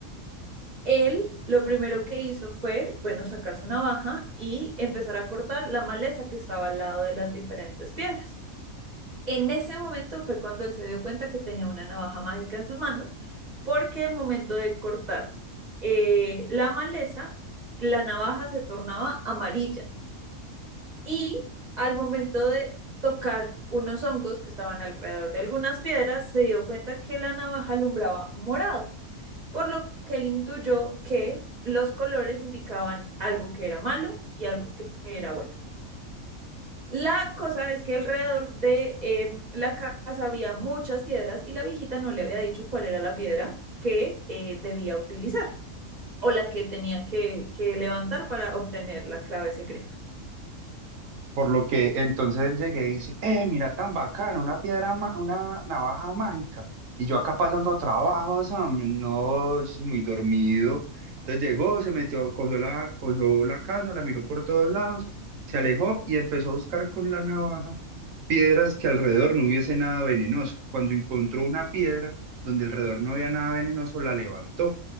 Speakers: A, on the right (about 40°); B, on the right (about 70°).
A: Él lo primero que hizo fue, bueno, sacar su navaja y empezar a cortar la maleza que estaba al lado de las diferentes piedras. En ese momento fue cuando él se dio cuenta que tenía una navaja mágica en sus manos, porque al momento de cortar eh, la maleza, la navaja se tornaba amarilla y al momento de tocar unos hongos que estaban alrededor de algunas piedras, se dio cuenta que la navaja alumbraba morado, por lo que él intuyó que los colores indicaban algo que era malo y algo que era bueno. La cosa es que alrededor de em, la casa había muchas piedras y la viejita no le había dicho cuál era la piedra que eh, debía utilizar o la que tenía que, que levantar para obtener la clave secreta.
B: Por lo que entonces él llegué y dice, eh, mira tan bacana, una piedra, ma- una navaja mágica. Y yo acá pasando trabajos, hombre, no, sí, muy dormido. Entonces llegó, se metió, cogió la, cogió la casa, la miró por todos lados, se alejó y empezó a buscar con la navaja piedras que alrededor no hubiese nada venenoso. Cuando encontró una piedra donde alrededor no había nada venenoso, la levantó.